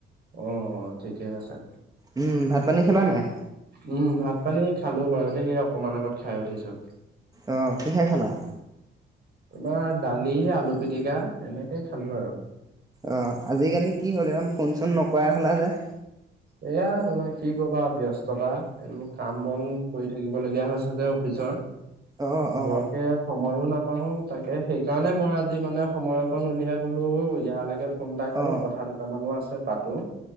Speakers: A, on the right; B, on the right.
A: অ অ ঠিকে আছে।
B: উম ভাত পানী খালা নাই?
A: উম ভাত পানী খালো বাৰু দেই অকমান আগত খাই উঠিছো।
B: অঁ কিহে খালা?
A: তোমাৰ দালি, আলু পিটিকা, এনেকে খালো আৰু
B: অ আজিকালি কি হ'ল ইমান ফোন চোন নকৰাই হলা যে।
A: এয়া তোমাৰ কি কবা ব্যস্ততা এইবোৰ কাম বন কৰি থাকিব লগীয়া হৈছে যে অফিচ পি
B: অ অ
A: বৰকে সময়ো নাপ। পাও তাকে সেইকাৰণে মই আজি মানে সময় অকণ উলিয়াই বলো ইয়ালৈকে। ফোন এটা কৰোঁ
B: অ
A: কথা দুটামানো আছে পাতো